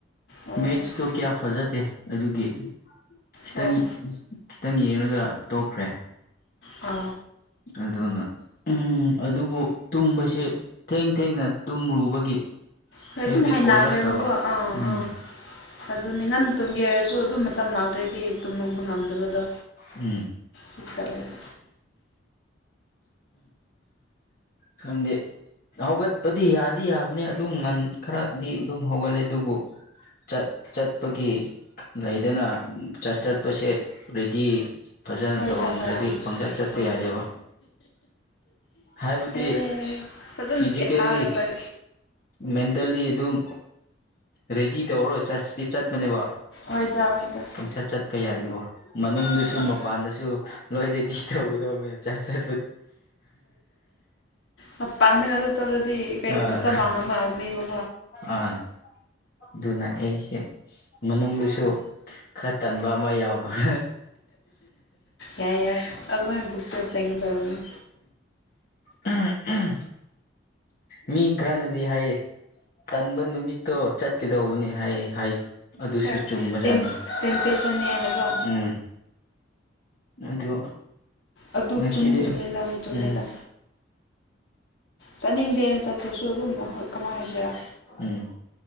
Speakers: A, on the left; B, on the left.
A: ꯑꯣ
B: ꯃꯦꯠꯁꯇꯣ ꯀꯌꯥ ꯐꯖꯗꯦ ꯑꯗꯨꯒꯤ ꯈꯤꯇꯪ
A: ꯑꯣ
B: ꯈꯤꯇꯪ ꯌꯦꯡꯉꯒ ꯇꯣꯛꯈ꯭ꯔꯦ
A: ꯑ
B: ꯑꯗꯨꯅ ꯑꯗꯨꯕꯨ ꯇꯨꯝꯕꯁꯦ ꯊꯦꯡ ꯊꯦꯡꯅ ꯇꯨꯝꯔꯨꯕꯒꯤ
A: ꯍꯣꯏ
B: ꯍꯦꯕꯤꯠ
A: ꯑꯗꯨꯝ ꯍꯅꯈ꯭ꯔꯦꯕꯀꯣ
B: ꯑꯣꯏꯔꯛꯈ꯭ꯔꯕ
A: ꯑꯥ
B: ꯎꯝ
A: ꯑꯥ ꯑꯗꯨꯅꯤ ꯉꯟꯅ ꯒꯌꯔꯁꯨ ꯑꯗꯨꯝ ꯃꯇꯝ ꯂꯥꯛꯇ꯭ꯔꯗꯤ ꯇꯨꯝꯃꯕ ꯉꯝꯗꯕꯗꯣ
B: ꯎꯝ
A: ꯇꯧꯋꯗ
B: ꯈꯪꯗꯦ ꯍꯧꯒꯠꯄꯗꯤ ꯌꯥꯗꯤ ꯌꯥꯕꯅꯦ ꯑꯗꯨꯝ ꯉꯟ ꯈꯔꯗꯤ ꯑꯗꯨꯝ ꯍꯧꯒꯠꯂꯦ ꯑꯗꯨꯕꯨ ꯆꯠ ꯆꯠꯄꯒꯤ ꯂꯩꯗꯅ ꯆꯠ ꯆꯠꯄꯁꯦ ꯔꯦꯗꯤ ꯐꯖꯅ
A: ꯍꯣꯏꯗ
B: ꯇꯧꯔꯝꯗ꯭ꯔꯗꯤ
A: ꯍꯣꯏ ꯑꯪ
B: ꯄꯪꯆꯠ ꯆꯠꯄ
A: ꯑꯪ
B: ꯌꯥꯗꯦꯕ ꯍꯥꯏꯕꯗꯤ
A: ꯑꯦ ꯐꯖꯅ
B: ꯐꯤꯖꯤꯀꯦꯜꯂꯤ
A: ꯀꯦꯊꯥꯔꯒ ꯆꯠ
B: ꯃꯦꯟꯇꯦꯜꯂꯤ ꯑꯗꯨꯝ ꯔꯦꯗꯤ ꯇꯧꯔꯣꯏ ꯆꯠꯁꯤ ꯆꯠꯄꯅꯦꯕ
A: ꯍꯣꯏꯗ ꯍꯣꯏꯗ
B: ꯄꯨꯡꯆꯠ ꯆꯠꯄ ꯌꯥꯗꯦꯕꯣ ꯃꯅꯨꯡꯗꯁꯨ
A: ꯆꯨꯝꯃꯦ
B: ꯃꯄꯥꯟꯗꯁꯨ ꯂꯣꯏꯗꯤꯩ ꯊꯕꯨꯗꯧ ꯃ ꯆꯥ ꯆ
A: ꯍꯞꯄꯥꯟꯗ ꯉꯗ ꯆꯂꯗꯤ ꯀꯩ
B: ꯑꯥ
A: ꯃꯠꯇ ꯃꯃꯔꯅꯤ ꯕꯥ
B: ꯑꯥ ꯑꯗꯨꯅ ꯑꯩꯁꯦ ꯃꯅꯨꯡꯗꯁꯨ ꯈꯔ ꯇꯟꯕ ꯑꯃ ꯌꯥꯎꯕ <inaudible>
A: ꯌꯥꯏ ꯌꯥꯏ ꯑꯗꯨꯃꯥꯏꯅ ꯄꯨꯛꯆꯦꯜ ꯁꯦꯡꯒꯗꯕꯅꯤ
B: ꯍꯝ ꯃꯤ ꯈꯔꯅꯗꯤ ꯍꯥꯏꯌꯦ ꯇꯟꯕ ꯅꯨꯃꯤꯠꯇꯣ ꯆꯠꯀꯗꯧꯕꯅꯦ ꯍꯥꯏ ꯍꯥꯏ ꯑꯗꯨꯁꯨ
A: ꯍꯣꯏ
B: ꯆꯨꯝꯕꯖꯥꯠꯅꯤ
A: ꯇꯦꯝꯇꯦꯁꯟ ꯌꯥꯅꯀꯣ
B: ꯎꯝ ꯑꯗꯨ
A: ꯑꯗꯨ
B: ꯉꯁꯤꯗꯤ
A: ꯆꯨꯝ ꯆꯨꯝꯃꯦꯗ ꯍꯣꯏ ꯆꯨꯝꯃꯦꯗ
B: ꯎꯝ
A: ꯆꯠꯅꯤꯡꯗꯦꯅ ꯆꯠꯇ꯭ꯔꯁꯨ ꯑꯗꯨꯝ ꯑꯩꯈꯣꯏ ꯀꯃꯥꯏꯅ ꯍꯥꯏꯁꯤꯔꯥ
B: ꯎꯝ